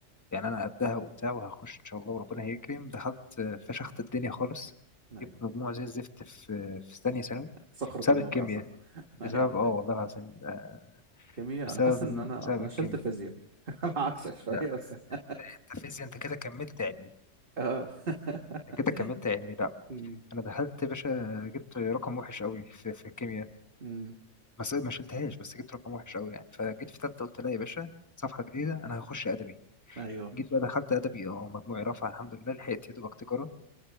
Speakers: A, on the left; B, on the right.
A: يعني انا قدها وبتاع وهخش ان شاء الله وربنا هيكرم دخلت آه، فشخت الدنيا خالص
B: ايوه
A: جبت مجموع زي الزفت في في ثانيه ثانوي
B: صخرة
A: بسبب
B: الواقع
A: الكيمياء
B: صح <laughs>
A: بسبب
B: ايوه
A: اه والله العظيم آه،
B: كيمياء
A: بسبب
B: انا حاسس ان
A: الم...
B: انا
A: بسبب
B: انا
A: الكيمياء
B: شلت فيزياء <laughs> انا عكسك شويه
A: لا
B: بس <laughs>
A: انت فيزياء انت كده كملت علمي
B: اه <laughs>
A: انت كده كملت علمي لا
B: أمم،
A: انا دخلت يا باشا جبت رقم وحش قوي في في الكيمياء
B: أمم،
A: ما ما شلتهاش بس جبت رقم وحش قوي يعني فجيت في ثالثه قلت لا يا باشا صفحه جديده انا هخش ادبي
B: ايوه
A: جيت بقى دخلت ادبي اه مجموعي رفع الحمد لله لحقت يا دوبك تجاره